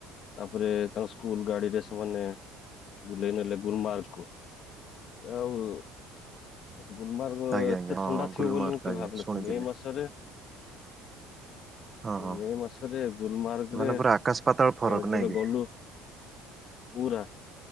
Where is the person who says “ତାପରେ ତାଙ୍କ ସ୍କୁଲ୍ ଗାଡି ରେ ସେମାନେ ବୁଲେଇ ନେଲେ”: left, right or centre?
Left